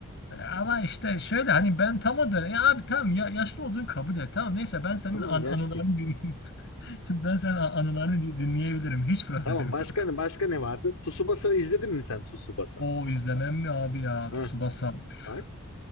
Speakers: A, on the left; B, on the left.
A: Ama işte şöyle hani ben tam o dönem ya abi tamam ya, yaşlı olduğunu kabul et tamam neyse ben senin
B: Tamam
A: an-
B: Aslında
A: anılarını
B: yaşlıyım.
A: dinleyeyim. <laughs> Ben senin an- anılarını din- dinleyebilirim hiç problem
B: Tamam başka
A: yok.
B: ne başka ne vardı? Tsubasa izledin mi sen Tsubasa?
A: O izlemem mi abi ya
B: Ha
A: Tsubasa. Üf.
B: bak.